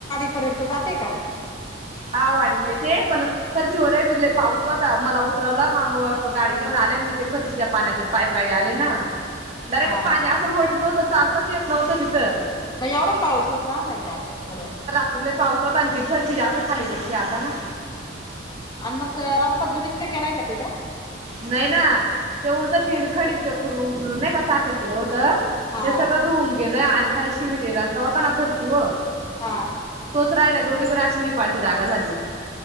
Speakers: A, on the left (about 25°); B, on the right (about 35°).
A: पर्यंत जाते का?
B: हा वाढतेयत. ते पण फर्चीवर लय फिरले पाऊस होता मला उतरवला मा गाडी घेऊन आले. मी ते फर्चीच्या पाण्यातून पाई पाई आले ना, डरेक्ट
A: हा
B: पाणी असं लोटीत होत. चालताच येत नव्हतं तिथं
A: त एवढा पाऊसचं झालाय आहे का परंत.
B: त लयी पाऊस होता, न ती फरची जास्त खाली बसली आता ना!
A: हा हा आण मग रस्ता दुरुस्त केलाय का तिथं?
B: नही ना ते उलट ती खडीन ते पूर्ण उचलून नाही का सारखं केलं होत.
A: हा
B: ते सगळं धुऊन गेलं आणि खाली शिमिट रस्ता होता ना फर्ची व
A: हा
B: तोच राहिलाय दोन्ही कुन अशी निपाळती जागा झाली.